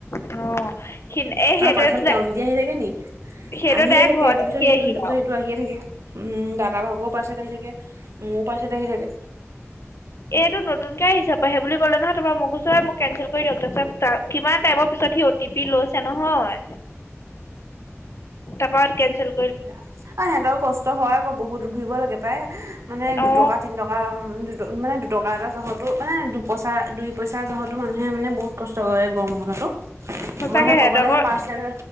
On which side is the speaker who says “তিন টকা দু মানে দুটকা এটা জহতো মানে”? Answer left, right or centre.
Right